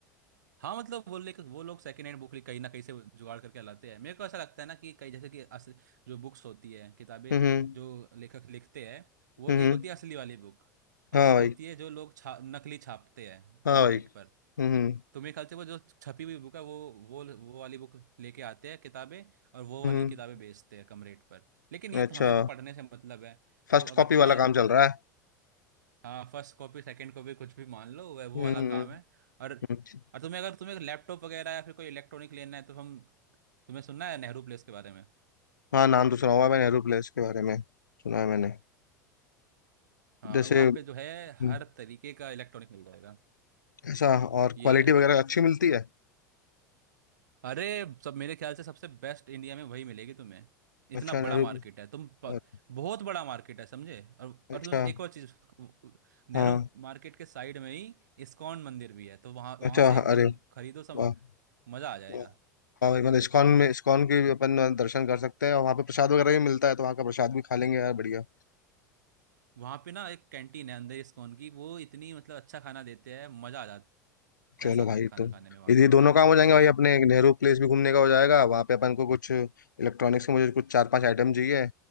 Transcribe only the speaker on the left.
हम्म
हम्म
हाँ
भाई
हाँ
भाई
हम्म
हम्म
हम्म।
अच्छा
फर्स्ट
कॉपी
वाला काम चल रहा है
हम्म
हम्म।
हाँ नाम तो सुना हुआ है मैंने एरोप्लेस के बारे में सुना है मैंने
जैसे
हम्म,
ऐसा और
क्वालिटी
वगैरह अच्छी मिलती है
अच्छा
नेहरू
और
अच्छा
हाँ
अच्छा
हाँ,
अरे
वाह
वाह। हाँ भाई मतलब इस्कॉन में इस्कॉन के भी अपन दर्शन कर सकते हैं और वहाँ पे प्रसाद वगैरह भी मिलता है तो वहाँ का प्रसाद भी खा लेंगे यार बढ़िया
चलो
भाई
तो
यदि
दोनों काम हो जाएंगे भाई अपने एक नेहरू प्लेस भी घूमने का हो जाएगा वहाँ पे अपन को कुछ इलेक्ट्रॉनिक्स के मुझे कुछ चार पांच आइटम चाहिए